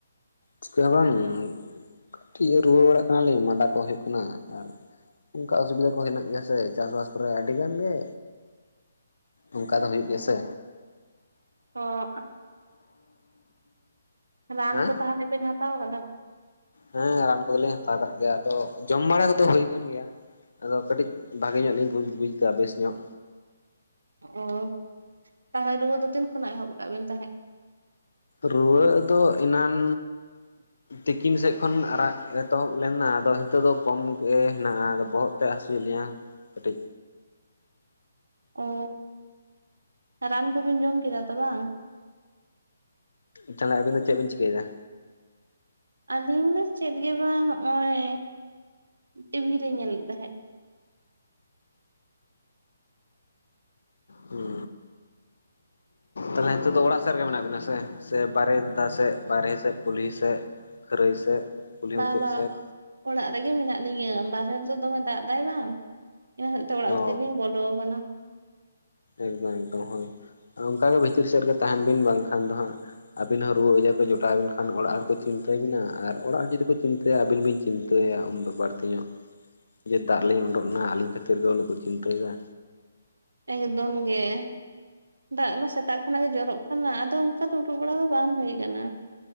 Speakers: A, on the left; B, on the right.
A: ᱪᱤᱠᱟᱹ ᱦᱚᱸ ᱵᱟᱝ ᱠᱟᱹᱴᱤᱡ ᱨᱩᱣᱟᱹ ᱵᱟᱲᱟᱜ ᱠᱟᱱᱟᱞᱤᱧ ᱢᱟᱫᱟ ᱠᱚ ᱦᱩᱭᱩᱜ ᱠᱟᱱᱟ ᱟᱨ ᱚᱱᱠᱟ ᱚᱥᱩᱵᱤᱫᱷᱟ ᱠᱚ ᱦᱮᱱᱟᱜ ᱜᱮᱭᱟ ᱥᱮ ᱪᱟᱥᱵᱟᱥ ᱠᱚᱨᱮ ᱟᱹᱰᱤ ᱜᱟᱱ ᱜᱮ ᱚᱱᱠᱟ ᱫᱚ ᱦᱩᱭᱩᱜ ᱜᱮᱭᱟ ᱥᱮ᱾
B: ᱦᱳᱜ ᱨᱟᱱ
A: ᱦᱮᱸ
B: ᱠᱚ ᱛᱟᱦᱞᱮ ᱵᱮᱱ ᱦᱟᱛᱟᱣ ᱠᱟᱫᱟ?
A: ᱦᱮᱸ ᱨᱟᱱ ᱠᱚᱫᱚᱞᱤᱧ ᱦᱟᱛᱟᱣ ᱟᱠᱟᱫ ᱜᱮᱭᱟ ᱟᱫᱚ ᱡᱚᱢ ᱵᱟᱲᱟ ᱠᱚᱫᱚ ᱦᱩᱭ ᱟᱠᱟᱱ ᱜᱮᱭᱟ᱾ ᱟᱫᱚ ᱠᱟᱹᱴᱤᱡ ᱵᱷᱟᱜᱮ ᱧᱚᱜ ᱞᱤᱧ ᱵᱩᱡ ᱵᱩᱡ ᱫᱟ ᱵᱮᱥ ᱧᱚᱜ᱾
B: ᱚ ᱛᱟᱦᱚᱞᱮ ᱨᱩᱣᱟᱹ ᱫᱚ ᱛᱤᱱ ᱠᱷᱚᱱᱟᱜ ᱮᱦᱚᱵ ᱟᱠᱟᱜ ᱵᱤᱱ ᱛᱟᱦᱮᱸᱫ?
A: ᱨᱩᱣᱟᱹᱜ ᱫᱚ ᱮᱱᱟᱱ
B: <unintelligible>
A: ᱛᱤᱠᱤᱱ ᱥᱮᱫ ᱠᱷᱚᱱ ᱟᱨᱟᱜ ᱮᱛᱚᱦᱚᱵ ᱞᱮᱱᱟ ᱟᱫᱚ ᱱᱤᱛᱚᱜ ᱫᱚ ᱠᱚᱢ ᱜᱮ ᱦᱮᱱᱟᱜᱼᱟ ᱟᱫᱚ ᱵᱚᱦᱚᱜ ᱛᱮᱫ ᱦᱟᱹᱥᱩᱭᱮᱫ ᱞᱤᱧᱟ᱾ ᱠᱟᱹᱴᱤᱡ
B: ᱚ ᱨᱟᱱ ᱠᱚᱵᱤᱱ ᱡᱚᱢ ᱠᱮᱫᱟ ᱛᱚ ᱵᱟᱝ?
A: ᱛᱟᱦᱚᱞᱮ ᱟᱵᱤᱱ ᱫᱚ ᱪᱮᱫ ᱵᱤᱱ ᱪᱤᱠᱟᱹᱭ ᱫᱟ?
B: ᱟᱹᱞᱤᱧ ᱫᱚ ᱪᱮᱫ ᱜᱮ ᱵᱟᱝ ᱦᱚᱜᱼᱚᱭ ᱴᱤᱵᱤᱞᱤᱧ ᱧᱮᱞᱮᱫ ᱛᱟᱦᱮᱸᱫ᱾
A: ᱦᱩᱸ ᱛᱟᱦᱚᱞᱮ ᱱᱤᱛᱚᱜ ᱫᱚ ᱚᱲᱟᱜ ᱥᱮᱫ ᱨᱮᱜᱮ ᱢᱮᱱᱟᱜ ᱵᱤᱱᱟ ᱥᱮ ᱥᱮ ᱵᱟᱨᱮᱱᱫᱟ, ᱥᱮᱫ ᱵᱟᱨᱦᱮ ᱥᱮᱫ, ᱠᱩᱞᱦᱤ ᱥᱮᱫ ᱠᱷᱟᱹᱨᱟᱹᱭ ᱥᱮᱫ? ᱠᱩᱞᱦᱤ
B: ᱵᱟᱵᱟ
A: ᱢᱩᱪᱟᱹᱫ ᱥᱮᱫ
B: ᱚᱲᱟᱜ ᱨᱮᱜᱮ ᱢᱮᱱᱟᱜ ᱞᱤᱧᱟᱹ ᱵᱟᱨᱦᱮ ᱨᱮᱫᱚ ᱫᱚᱢᱮ ᱫᱟᱜ ᱫᱟᱭ ᱵᱟᱝ᱾ ᱤᱱᱟᱹ ᱦᱚᱛᱮ ᱛᱮ ᱚᱲᱟᱜ ᱵᱷᱤᱛᱨᱤ
A: ᱚ
B: ᱞᱤᱝ ᱵᱚᱞᱚ ᱟᱠᱟᱱᱟ᱾
A: ᱮᱠᱫᱚᱢ ᱮᱠᱫᱚᱢ ᱦᱳᱭ ᱚᱱᱠᱟᱜᱮ ᱵᱷᱤᱛᱤᱨ ᱥᱮᱫ ᱨᱮᱜ ᱛᱟᱦᱮᱱ ᱵᱤᱱ ᱵᱟᱝᱠᱷᱟᱱ ᱫᱚ ᱦᱟᱸᱜ ᱟᱹᱵᱤᱱ ᱦᱚᱸ ᱨᱩᱣᱟᱹ ᱟᱡᱟᱨ ᱠᱚ ᱡᱚᱴᱟᱣ ᱵᱤᱱ ᱠᱷᱟᱱ ᱚᱲᱟᱜ ᱦᱚᱲ ᱠᱚ ᱪᱤᱱᱛᱟᱹ ᱵᱮᱱᱟ ᱟᱨ ᱚᱲᱟᱜ ᱦᱚᱲ ᱡᱩᱫᱤ ᱠᱚ ᱪᱤᱱᱛᱟᱹᱭᱟ ᱟᱹᱵᱤᱱ ᱵᱤᱱ ᱪᱤᱱᱛᱟᱹᱭᱟ ᱩᱱᱫᱚ ᱵᱟᱹᱲᱛᱤ ᱧᱚᱜ᱾
B: ᱦ
A: ᱡᱮ ᱫᱟᱜ ᱨᱮᱞᱤᱧ ᱩᱰᱠ ᱱᱟ ᱟᱹᱞᱤᱧ ᱠᱷᱟᱹᱛᱤᱨ ᱜᱮ ᱩᱱᱟᱹᱜ ᱠᱚ ᱪᱤᱱᱛᱟᱹᱭ ᱫᱟ᱾
B: ᱮᱠᱫᱚᱢ ᱜᱮ ᱫᱟᱜ ᱢᱟ ᱥᱮᱛᱟᱜ ᱠᱷᱚᱱᱟᱜ ᱜᱮ ᱡᱚᱨᱚᱜ ᱠᱟᱱᱟ ᱟᱫᱚ ᱚᱱᱠᱟ ᱫᱚ ᱩᱰᱩᱠ ᱵᱟᱲᱟ ᱫᱚ ᱵᱟᱝ ᱦᱩᱭ ᱟᱠᱟᱱᱟ᱾